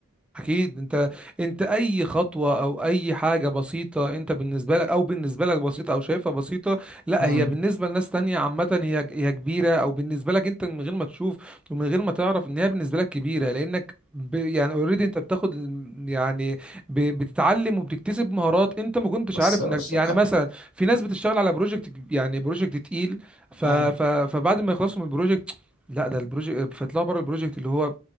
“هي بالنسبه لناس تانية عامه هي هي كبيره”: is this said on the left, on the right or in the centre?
Centre